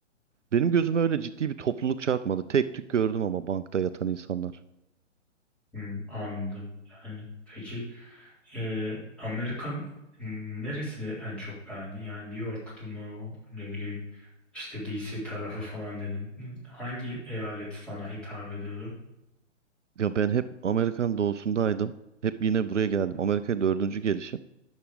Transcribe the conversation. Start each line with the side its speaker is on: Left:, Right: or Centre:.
Right: Benim gözüme öyle ciddi bir topluluk çarpmadı. Tek tük gördüm ama bankta yatan insanlar.
Centre: Hmm, anladım. Yani peki e, Amerikan hmm, neresini en çok beğendin? Yani New York'tu mu ne bileyim işte DC tarafı falan dedin. Hangi eyalet sana hitap ediyordu?
Right: Ya ben hep Amerikan doğusundaydım. Hep yine buraya geldim. Amerika'ya dördüncü gelişim.